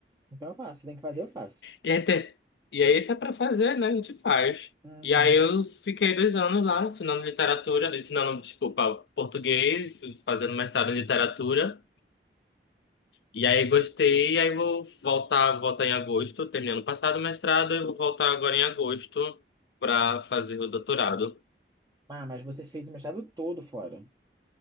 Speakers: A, on the right (about 20°); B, on the left (about 70°).
A: Então eu faço. Se Tem que fazer, eu faço.
B: E, até, e aí, isso é pra fazer, né? A gente faz.
A: Uhum.
B: E aí, eu fiquei dois anos lá ensinando literatura, ensinando, desculpa, português, fazendo mestrado em literatura. E aí, gostei. E aí, vou voltar, voltar em agosto, terminando o passado o mestrado, eu vou voltar agora em agosto pra fazer o doutorado.
A: Ah, mas você fez o mestrado todo fora.